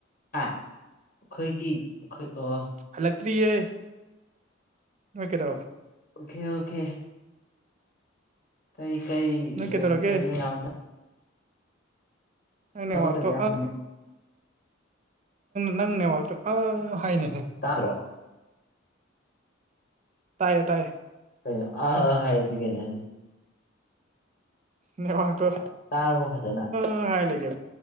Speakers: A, on the left (about 45°); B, on the right (about 35°).
A: ꯑꯥ ꯑꯩꯈꯣꯏꯒꯤ ꯑꯩꯈꯣꯏ ꯑꯣ
B: ꯍꯜꯂꯛꯇ꯭ꯔꯤꯌꯦ ꯅꯣꯏ ꯀꯩꯇꯧꯔꯕ
A: ꯑꯣꯀꯦ ꯑꯣꯀꯦ ꯀꯩ ꯀꯩ
B: ꯅꯣꯏ ꯀꯩꯗꯧꯔꯒꯦ
A: ꯀꯩꯅ ꯌꯥꯝ
B: ꯅꯪꯅꯦ
A: ꯊꯕꯛꯀꯁꯦ
B: ꯋꯥꯇꯣ
A: ꯌꯥꯝ
B: ꯅꯪꯅꯦ ꯋꯥꯇꯣ ꯑ ꯍꯥꯏꯅꯦꯍꯦ
A: ꯇꯥꯗ꯭ꯔꯣ
B: ꯇꯥꯏꯌꯦ ꯇꯥꯏꯌꯦ
A: ꯀꯣ ꯑ ꯍꯥꯏꯗꯤ ꯀꯩꯅꯣ ꯍꯥꯏꯖꯦ
B: ꯅ ꯋꯥ ꯇ
A: ꯇꯥꯔꯕꯣ ꯐꯖꯅ
B: ꯎ ꯍꯥꯏ ꯂꯩꯀꯦ